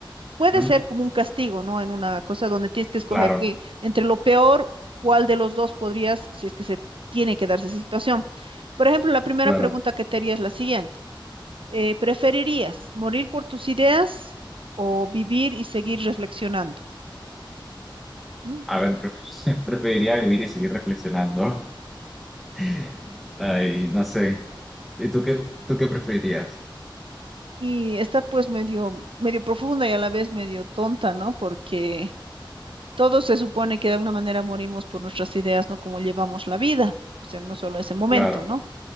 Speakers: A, on the right (about 80°); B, in the centre.
A: puede
B: ¿Mm?
A: ser como un castigo, ¿no? En una cosa donde tienes que escoger
B: Claro,
A: que entre lo peor, cuál de los dos podrías, si es que se tiene que darse esa situación. Por ejemplo, la primera
B: claro.
A: pregunta que te haría es la siguiente. Eh, ¿preferirías morir por tus ideas o vivir y seguir reflexionando? ¿Mm?
B: A ver, pref- <laughs> preferiría vivir y seguir reflexionando. <laughs> Ay, no sé. ¿Y tú qué, tú qué preferirías?
A: Y está pues medio, medio profunda y a la vez medio tonta, ¿no? Porque todos se supone que de alguna manera morimos por nuestras ideas, ¿no? Como llevamos la vida, o sea, no solo ese momento,
B: Claro,
A: ¿no?